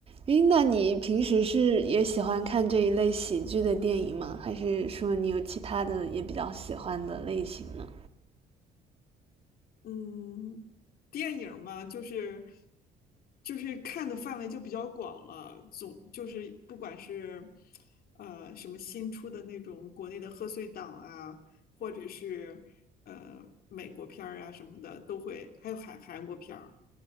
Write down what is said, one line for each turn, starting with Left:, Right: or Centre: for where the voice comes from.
Right: 诶，那你平时是也喜欢看这一类喜剧的电影吗？还是说你有其他的也比较喜欢的类型呢？
Left: 嗯，电影儿嘛，就是就是看的范围就比较广了，总就是不管是呃什么新出的那种国内的贺岁档啊，或者是呃美国片儿啊什么的，都会，还有韩韩国片儿，